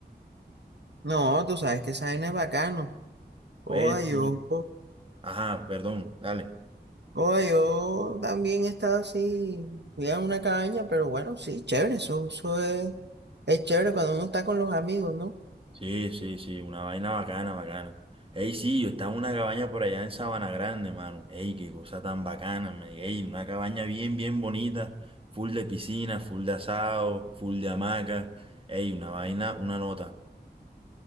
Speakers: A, on the right; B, on the right.
A: No, tú sabes que esa vaina es bacano. Joda,
B: Pues
A: yo,
B: sí. Ajá, perdón, dale.
A: joda, yo también estaba así. Fui a una cabaña, pero bueno, sí, chévere. Eso, eso es, es chévere cuando uno está con los amigos, ¿no?
B: Sí, sí, sí, una vaina bacana, bacana. Ey, sí, yo estaba en una cabaña por allá en Sabana Grande, mano. Ey, qué cosa tan bacana, man. Ey, una cabaña bien, bien bonita, full de piscina, full de asado, full de hamaca. Ey, una vaina, una nota.